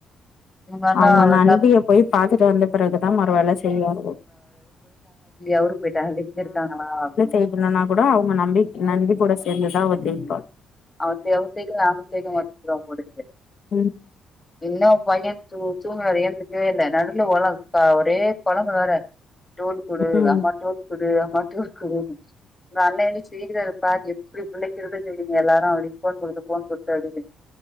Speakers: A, on the left; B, on the left.
A: இவங்க அண்ணா
B: அவுங்க நண்பிய
A: என்ன
B: போய் பாத்துட்டு வந்த பிறகுதா மறு வேல செய்வாளுகோ
A: அவுரு போயிட்டாரு எங்க இருக்காங்களான்னா அப்டின்னு
B: கூப்புலன்னா கூடோ அவுங்க நண்பிக் நண்பி கூட சேந்துதா அவ ஜெய்ப்பா
A: அவத்த அவ சேக்க நாங்களு தேக்க மாட்டேங்கிறோ போலருக்கு
B: ம்
A: இன்னு பைய சு சுன்னுவாரு ஏந்துருக்கவே இல்ல நடுவுல ஒழ க்கா ஒரே <unintelligible> வேற டோல் குடு
B: ம்
A: அம்மா டோல் குடு அம்மா டோல் குடு இந்த அண்ணடி ச்சிங்கிற பார் எப்டி பிள்ளக்குறதே சொல்லுங்க எல்லாரு அப்டி ஃபோன் குடுத்து ஃபோன் குடுத்து அப்டி